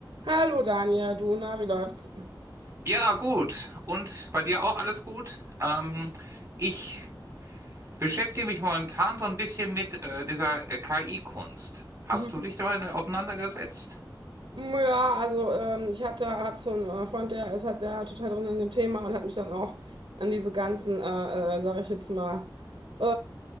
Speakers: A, on the right; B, on the right.
A: Hallo Daniel, du, na, wie läuft's?
B: Ja, gut. Und bei dir auch alles gut? Ähm, ich beschäftige mich momentan so ein bisschen mit äh, dieser äh, KI-Kunst. Hast
A: Mhm.
B: du dich damit auseinandergesetzt?
A: Mm, Ja, also ähm, ich hatte, hab so einen äh, Freund, der ist halt der total drin in dem Thema und hat mich dann auch an diese ganzen, äh, äh, sage ich jetzt mal, äh,